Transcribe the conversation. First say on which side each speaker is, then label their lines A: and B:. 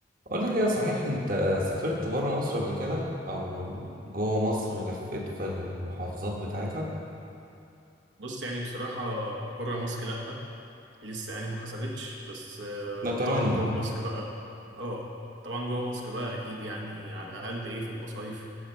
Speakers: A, on the right; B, on the right.
A: أقول لك إيه صحيح أنت سافرت برا مصر قبل كده أو جوه مصر لفيت في المحافظات بتاعتها؟
B: بص يعني بصراحة بره مصر لأ لسه يعني ما حصلتش بس آه،
A: نتمنى
B: طبعا جوه مصر بقى اه طبعا جوه مصر بقى أكيد يعني على الأقل إيه في المصايف